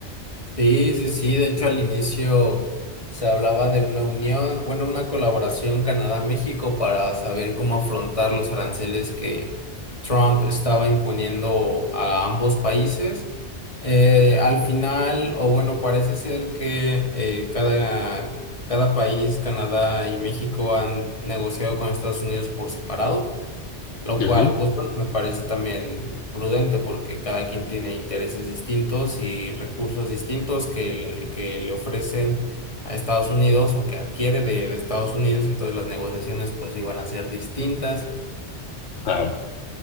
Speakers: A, on the left (about 30°); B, on the left (about 75°).
A: Sí, sí, sí. De hecho, al inicio se hablaba de una unión, bueno, una colaboración Canadá-México para saber cómo afrontar los aranceles que Trump estaba imponiendo a ambos países. Eh, al final, o bueno, parece ser que eh, cada, cada país, Canadá y México, han negociado con Estados Unidos por separado. Lo
B: Ujú.
A: cual, pues bueno, me parece también prudente porque cada quien tiene intereses distintos y recursos distintos que le, que le ofrecen a Estados Unidos o que adquiere de, de Estados Unidos, entonces las negociaciones pues iban a ser distintas.
B: A ver.